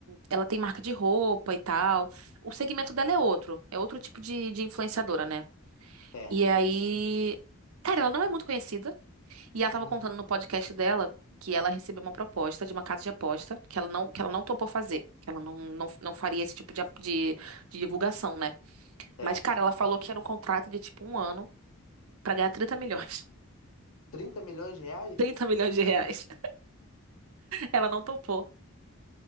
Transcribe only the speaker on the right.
ela tem marca de roupa e tal. O segmento dela é outro, é outro tipo de, de influenciadora, né?
E aí, cara, ela não é muito conhecida. E ela tava
contando no podcast dela que ela recebeu uma proposta de uma casa de aposta que ela não, que ela não topou fazer, que ela não, não, não faria esse tipo de, ap- de, de divulgação, né?
Mas, cara, ela falou que era um contrato de tipo um ano pra ganhar trinta milhões.
<laughs>
trinta milhões de reais. Ela não topou.